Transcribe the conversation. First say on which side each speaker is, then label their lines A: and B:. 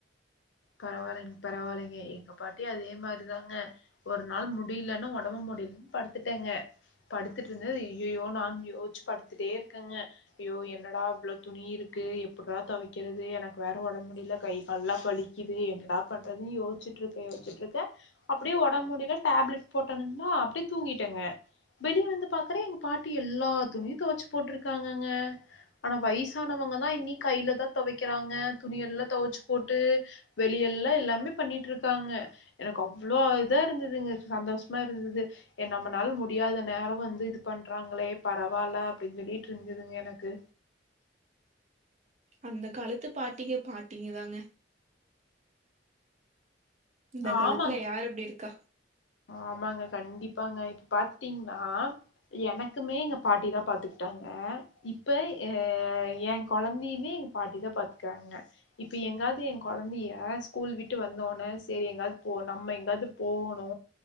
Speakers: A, on the left; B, on the right.
A: பரவால்லைங்க பரவால்லைங்க எங்க பாட்டியு அதே மாதிரிதாங்க ஒர் நாள் முடியலன்னு ஒடம்பு முடியலன்னு படுத்துட்டேங்க படுத்துட்டு இருந்தது யிய்யோய்யோ நா யோச்சு படுத்துட்டே இருக்கேங்க யோ என்னடா இவ்ளோ துணி இருக்கு எப்ட்ரா தொவக்கிறது எனக்கு வேற ஒடம்பு முடிய்ல கை கால்லா வலி இது என்னடா பண்றதுன்னு யோச்சுட்டுக்கே யோச்சுட்டுருக்கே அப்டியே ஒடம்பு முடில டேப்லெட் போட்டேணுங்களா அப்டியே தூங்கிட்டேங்க வெளிய வந்து பாக்குறே எங்க பாட்டி எல்லா துணியும் துவச்சு போட்ருக்காங்கங்க ஆனா வய்சானவங்க தா இனி கையில தா தொவக்கிறாங்க துணியெல்லா தொவச்சு போட்டு வெளியெல்லா எல்லாமே பண்ணிட்டுருகாங்க எனக்கு அவ்ளோ இதா இருந்ததுங்க சந்தோஷமா இருந்தது ஏ நம்மனால முடியாத நேரோ வந்து இது பண்றாங்களே பரவால்ல அப்டின்னு சொல்லிட்டு இருந்ததுங்க எனக்கு
B: அந்த காலத்து பாட்டிங்க பாட்டிங்கதாங்க இந்த காலத்துல
A: ஆமாங்க
B: யாரு எப்டி இருக்கா
A: ஆமாங்க கண்டிப்பாங்க இப்ப பாத்தீங்கன்னா எனக்குமே எங்க பாட்டி தா பாத்துக்கிட்டாங்க இப்ப எ ஏ கொழந்தையுமே எங்க பாட்டிதா பாத்துக்கறாங்க இப்ப எங்காவ்து ஏ கொழந்திய ஸ்கூல் விட்டு வந்தோனே சேரி எங்காவ்து போ நம்ம எங்காவ்து போவோணு